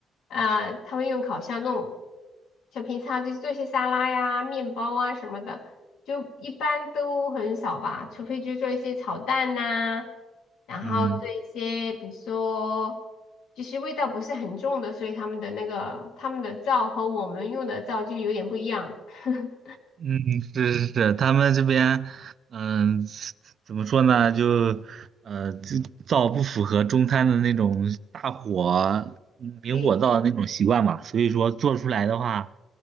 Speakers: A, on the left; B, on the right.
A: 呃，他会用烤箱弄，像平常就是做一些沙拉呀、面包啊什么的，就一般都很少吧，除非就是做一些炒蛋呐、然后做一些比如说
B: 嗯。
A: 就是味道不是很重的，所以他们的那个他们的灶和我们用的灶就有点不一样。<laughs>
B: 嗯，是是是，他们这边，嗯、怎么说呢？就，呃，就灶不符合中餐的那种大火明火灶的那种习惯吧，
A: 对，
B: 所以说做出来的话，